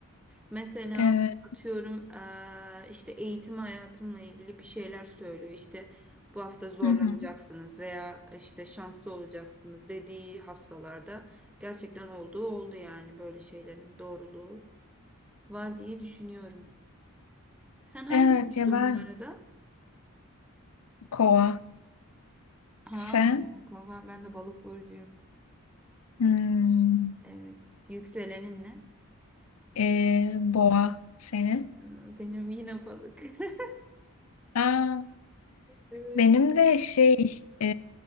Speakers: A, in the centre; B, on the left.
A: Mesela
B: Evet.
A: atıyorum eee, işte eğitim hayatımla ilgili bir şeyler söylüyor. İşte bu hafta zorlanacaksınız
B: Hı hı.
A: veya işte şanslı olacaksınız dediği haftalarda gerçekten olduğu oldu yani böyle şeylerin doğruluğu. var diye düşünüyorum. Sen hangi
B: Evet
A: burçtun
B: ya ben
A: bu arada?
B: kova.
A: Ha,
B: Sen?
A: kova ben de balık burcuyum.
B: Hmm.
A: Evet, yükselenin ne?
B: Ee, boğa senin.
A: Hmm, Benim yine balık. <laughs>
B: Aa,
A: Evet.
B: benim de şey e,